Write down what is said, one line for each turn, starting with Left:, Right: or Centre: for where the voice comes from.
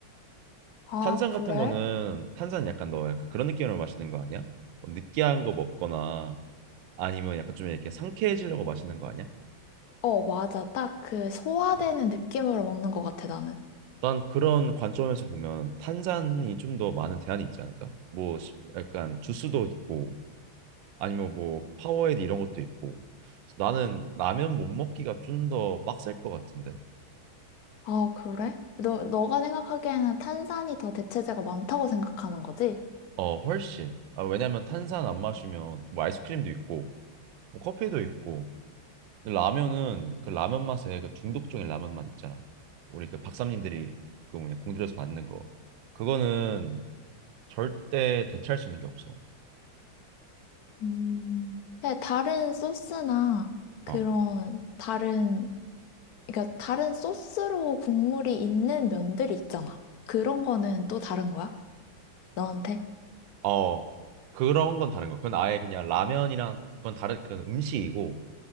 Left: 아,
Right: 탄산
Left: 그래?
Right: 같은 거는 탄산 약간 너 약간 그런 느낌으로 마시는 거 아니야? 뭐 느끼한 거 먹거나 아니면 약간 좀 이렇게 상쾌해지려고 마시는 거 아니야?
Left: 어, 맞아. 딱 그 소화되는
Right: 어.
Left: 느낌으로 먹는 것 같아, 나는.
Right: 난 그런 관점에서 보면 탄산이 좀 더 많은 대안이 있지 않을까? 뭐 시- 약간 주스도 있고 아니면 뭐 파워에이드 이런 것도 있고 나는 라면 못 먹기가 좀 더 빡셀 것 같은데
Left: 아, 그래? 너, 너가 생각하기에는 탄산이 더 대체재가 많다고 생각하는 거지?
Right: 어 훨씬 아, 왜냐면 탄산 안 마시면 뭐 아이스크림도 있고 뭐 커피도 있고 근데 라면은 그 라면 맛에 그 중독적인 라면 맛 있잖아 우리 그 박사님들이 그 뭐냐 공들여서 만든 거 그거는 절대 대체할 수 있는 게 없어
Left: 음, 네, 다른 소스나 그런
Right: 어.
Left: 다른, 그러니까 다른 소스로 국물이 있는 면들이 있잖아. 그런 거는 또 다른 거야? 너한테?
Right: 어, 그런 건 다른 거. 그건 아예 그냥 라면이랑 그건 다른 그건 음식이고